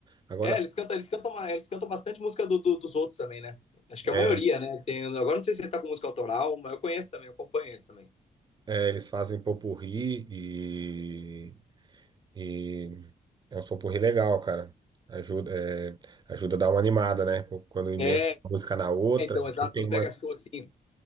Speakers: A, on the right (about 30°); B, on the left (about 45°).
A: Agora,
B: É, eles cantam, eles cantam, eles cantam bastante música do- do- dos outros também, né? Acho que
A: é,
B: a maioria, né? Tem, agora não sei se ele tá com música autoral, mas eu conheço também, eu acompanho eles também.
A: é, eles fazem popurrí e, e é um popurrí legal, cara. Ajuda, é, ajuda a dar uma animada, né? Quando emenda
B: É,
A: uma música na outra,
B: então, exato,
A: aí tem
B: quando pega
A: umas,
B: show assim.